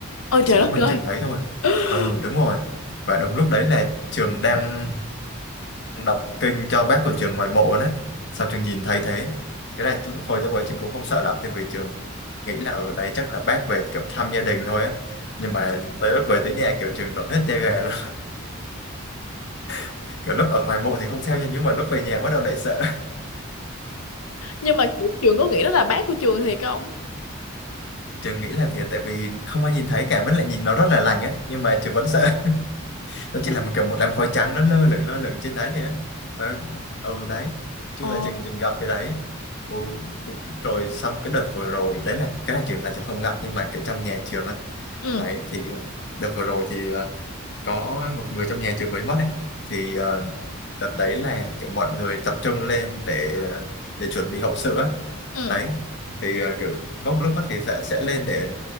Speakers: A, on the left; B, on the left.
A: Ôi trời
B: chỉ có
A: đất
B: mình
A: ơi.
B: trường thấy thôi
A: <gasps>
B: ừ đúng rồi và đúng lúc đấy là trường đang đọc kinh cho bác của trường ngoài mộ đấy sao trường nhìn thấy thế cái này hồi chắc ấy trường cũng không sợ lắm tại vì trường nghĩ là ở đấy chắc là bác về kiểu thăm gia đình thôi á nhưng mà tới lúc về tới nhà kiểu trường rợn hết da gà luôn <laughs> kiểu lúc ở ngoài mộ thì không sao nha nhưng mà lúc về nhà bắt đầu lại sợ
A: Nhưng mà kiểu trường có nghĩ đó là bác của trường thiệt không?
B: trường nghĩ là thiệt tại vì không ai nhìn thấy cả vẫn lại nhìn nó rất là lành á nhưng mà trường vẫn sợ nó chỉ là một kiểu một đám khói trắng nó lơ lửng lơ lửng trên đấy thì ấy nó ừ đấy chung
A: Ồ.
B: là trường từng gặp cái đấy ừ, cũng rồi xong cái đợt vừa rồi đấy là cái này trường là trường không gặp nhưng mà kiểu trong nhà trường á
A: Ừ,
B: đấy thì ờ, đợt vừa rồi thì ờ, có một người trong nhà trường mới mất ấy thì ờ, đợt đấy là kiểu mọi người tập trung lên để ờ, để chuẩn bị hậu sự á
A: ừ,
B: đấy thì ờ, kiểu lúc lúc đó thì sẽ sẽ lên để